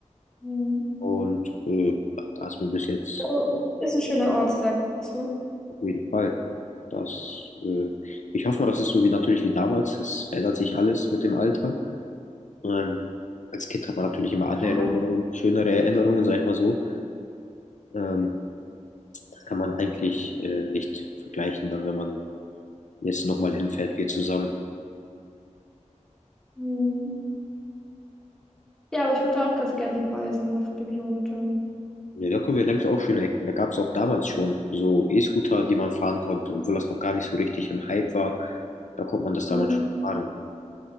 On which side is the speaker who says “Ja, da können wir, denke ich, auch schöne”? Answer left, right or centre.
Left